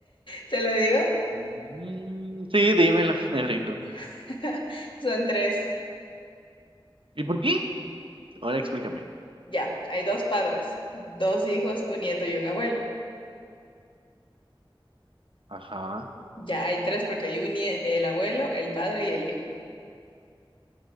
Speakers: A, on the left (about 65°); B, on the right (about 70°).
A: ¿Te lo digo?
B: Mm, sí, dímelo, <laughs> me rindo.
A: <laughs> Son tres.
B: ¿Y por qué? Ahora explícame.
A: Ya, hay dos padres, dos hijos, un nieto y un abuelo.
B: Ajá.
A: Ya, hay tres porque hay un nie- el abuelo, el padre y el hijo.